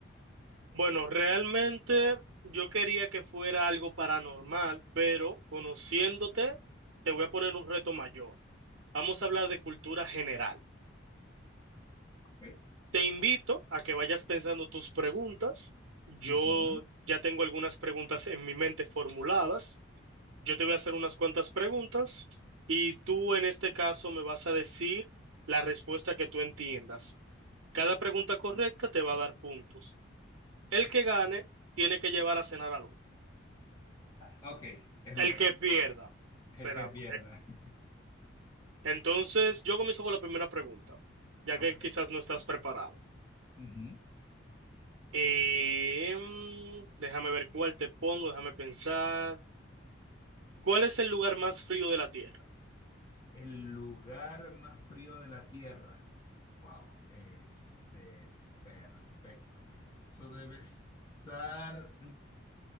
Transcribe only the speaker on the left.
Ok,
Ujú.
Ok, es
un trato.
El
que pierda.
<laughs>
Ok.
Ujú.
El lugar más frío de la Tierra. Wow, este, perfecto. Eso debe estar.